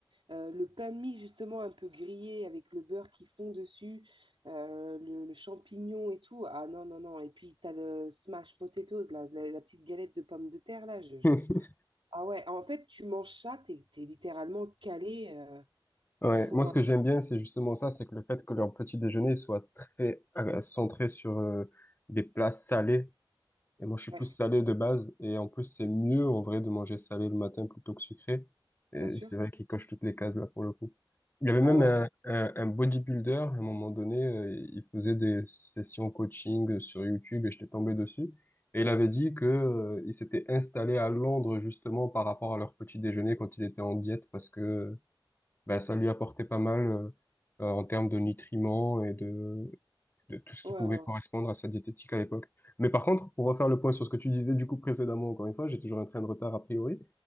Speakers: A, on the right; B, on the left.
A: euh, le pain de mie justement un peu grillé avec le beurre qui fond dessus, euh, le, le champignon et tout. Ah non, non, non. Et puis, tu as le smash potatoes, la, la, la petite galette de pommes de terre, là, je, je-
B: <laughs>
A: ah ouais, en fait, tu manges ça, t'es, t'es littéralement calé euh,
B: Ouais,
A: pour...
B: moi ce
A: euh,
B: que j'aime bien, c'est justement ça, c'est que le fait que leur petit déjeuner soit très euh, centré sur euh, des plats salés. Et moi je suis
A: Ouais,
B: plus salé de base, et en plus c'est mieux en vrai de manger salé le matin plutôt que sucré. Et
A: bien sûr.
B: c'est vrai qu'ils cochent toutes les cases là pour le coup. Il y avait
A: Ah
B: même
A: ouais,
B: un, un, un bodybuilder, à un moment donné, euh, il faisait des sessions coaching sur YouTube et j'étais tombé dessus. Et il avait dit que, euh, il s'était installé à Londres justement par rapport à leur petit déjeuner quand il était en diète parce que ben, ça lui apportait pas mal euh, euh, en termes de nutriments et de, de tout ce
A: ouais,
B: qui pouvait
A: ouais. ouais.
B: correspondre à sa diététique à l'époque. Mais par contre, pour refaire le point sur ce que tu disais du coup précédemment, encore une fois, j'ai toujours un train de retard a priori.